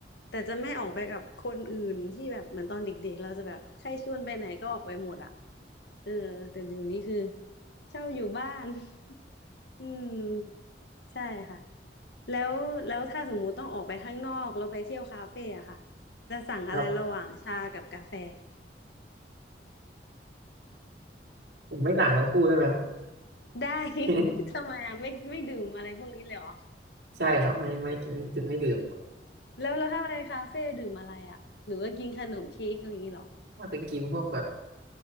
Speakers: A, on the left; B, on the right.
A: แต่จะไม่ออกไปกับคนอื่นที่แบบเหมือนตอนเด็กๆเราจะแบบใครชวนไปไหนก็ออกไปหมดอ่ะเออแต่เดี๋ยวนี้คือเช่าอยู่บ้าน <laughs> อืมใช่ค่ะแล้วแล้วถ้าสมมุติต้องออกไปข้างนอกเราไปเที่ยวคาเฟ่อะค่ะจะสั่งอะไรระหว่างชากับกาแฟ
B: รับ ผมไม่สั่งทั้งคู่ได้ไหมครับ
A: ได้ <laughs>
B: <laughs>
A: ทำไมอ่ะไม่ไม่ดื่มอะไรพวกนี้เลยเหรอ
B: ใช่ครับไม่ไม่ไม่ไม่ไม่ดื่มครับ
A: แล้วแล้วถ้าไปคาเฟ่ดื่มอะไรอ่ะหรือว่ากินขนมเค้กอะไรอย่างนี้เหรอ
B: ว่าจะกินพวกแบบ